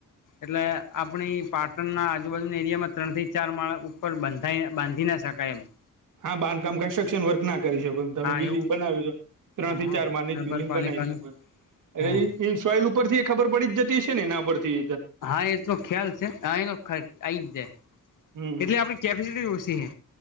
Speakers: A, on the left (about 75°); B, on the right (about 75°).
A: એટલે આપણી પાટણ ના આજુબાજુના એરિયામાં ત્રણ થી ચાર માળા પણ બાંધ બાંધી ના શકાય એમ
B: હા બાંધકામ કન્સ્ટ્રક્શન વર્ક ના કરી શકો તમે
A: હા
B: બિલ્ડિંગ
A: એવું
B: બનાવ્યું તો ત્રણ
A: હા
B: થી
A: હા
B: ચાર માની જ
A: નગરપાલિકાનું
B: બલિંગ બનાવી શકો એટલે
A: હા
B: ઇન સોઈલ ઉપર થી એ ખબર પડી જતી હ ને એના પર થી
A: હા એ તો ખ્યાલ છે હા એનો આઈ જ જાય
B: હમ
A: એટલે આપણી કેપેસિટી ઓછી છે